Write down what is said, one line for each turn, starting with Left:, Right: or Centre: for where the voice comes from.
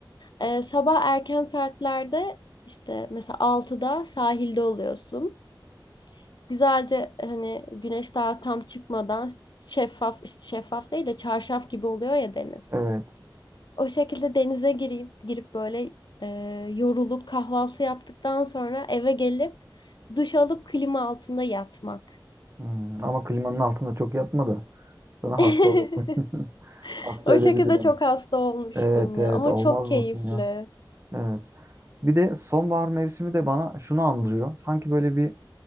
Left: Ee, sabah erken saatlerde işte mesela altıda sahilde oluyorsun. Güzelce hani güneş daha tam çıkmadan işte, şeffaf işte şeffaf değil de çarşaf gibi oluyor ya deniz.
Right: Evet.
Left: O şekilde denize girip girip böyle e, yorulup kahvaltı yaptıktan sonra eve gelip duş alıp klima altında yatmak.
Right: Hmm, Ama klimanın altında çok yatma da sana
Left: <laughs>
Right: hasta olasın. <laughs> Hasta
Left: O
Right: edebilirim.
Left: şekilde çok hasta olmuştum
Right: Evet evet
Left: ya ama
Right: olmaz
Left: çok keyifli.
Right: mısın ya? Evet. Bir de sonbahar mevsimi de bana şunu andırıyor. Sanki böyle bir